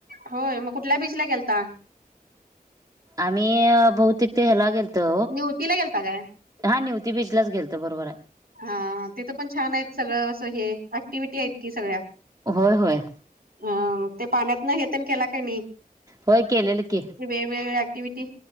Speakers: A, on the right; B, on the right.
A: होय मग कुठल्या बीचला गेलता
B: आम्ही बहुतिक ते हला गेलतो
A: नव उ तिला गेलतगे
B: हा न्यूती बीच गेलतं बरोबर आहे.
A: हा तिथं पण छान आहेत सगळं असं हे ऍक्टिव्हटी आहेत कि सगळ्या
B: होय होय
A: अ ते पाण्यात न हेेतण केला काही नाही
B: होयके ललकी
A: वेगवेगळे क्टिवििटी